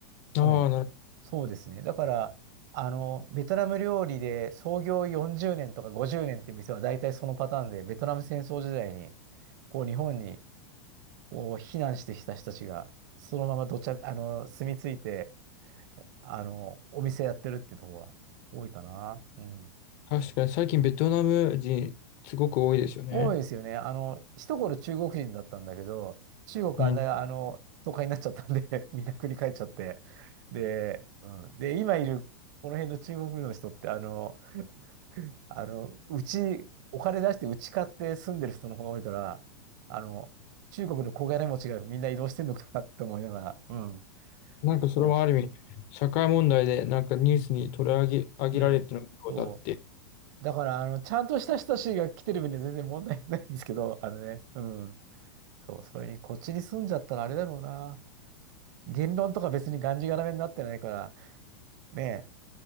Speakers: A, on the right; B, on the left.
A: うん。
B: ああ、なるほど
A: そうですね。だから、あの、ベトナム料理で創業40年とか50年っていう店は大体そのパターンで、ベトナム戦争時代にこう日本にこう、避難してきた人たちが、そのままどちゃ、あの、住み着いて、あの、お店やってるってとこが多いかな。うん。
B: 確かに最近ベトナム人すごく多いですよね。
A: 多いですよね。あの、一頃中国人だったんだけど、中国あんな、
B: うん。
A: あの、都会になっちゃったんで <laughs> みんな繰り返っちゃって。で、うん。で、今いる、この辺の中国の人って、あの、あの、うち、お金出してうち買って住んでる人の方が多いから、あの、中国の小金持ちがみんな移動してんのかなって思いながら、うん。
B: なんかそれもある意味、
A: そうそうそう。
B: 社会問題でなんかニュースに取り上げ、上げられてることあって。
A: ねえ。そう。だから、あの、ちゃんとした人たちが来てる分には全然問題ないんですけど、<laughs> あのね、うん。そう、それに、こっちに住んじゃったらあれだろうな。言論とか別にがんじがらめになってないから、ねえ、